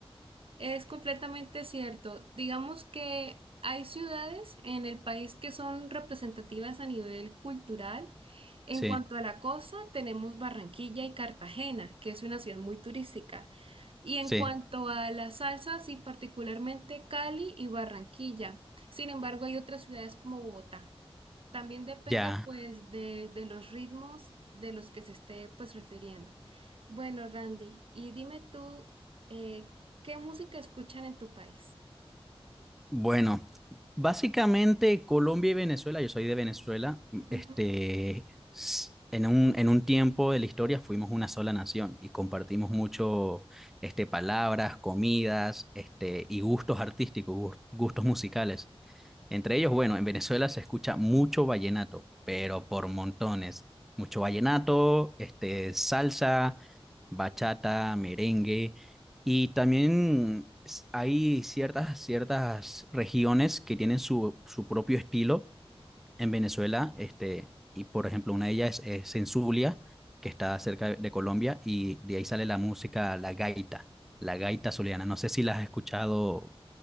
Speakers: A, on the right; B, in the centre.
A: Es completamente cierto. Digamos que hay ciudades en el país que son representativas a nivel cultural. En
B: Sí,
A: cuanto a la costa, tenemos Barranquilla y Cartagena, que es una ciudad muy turística. Y en
B: sí,
A: cuanto a las salsas, sí, particularmente Cali y Barranquilla. Sin embargo, hay otras ciudades como Bogotá. También depende
B: ya.
A: pues de, de los ritmos de los que se esté pues refiriendo. Bueno, Randy, y dime tú, eh, ¿Qué música escuchan en tu país?
B: Bueno. Básicamente, Colombia y Venezuela, yo soy de Venezuela, mm,
A: Ujú.
B: este, s- en un, en un tiempo de la historia fuimos una sola nación y compartimos mucho, este, palabras, comidas, este, y gustos artísticos, gus- gustos musicales. Entre ellos, bueno, en Venezuela se escucha mucho vallenato, pero por montones. Mucho vallenato, este, salsa, bachata, merengue. Y también s- hay ciertas, ciertas regiones que tienen su, su propio estilo en Venezuela. Este, y por ejemplo, una de ellas es, es en Zulia, que está cerca de de Colombia, y de ahí sale la música, la gaita, la gaita zuliana. No sé si la has escuchado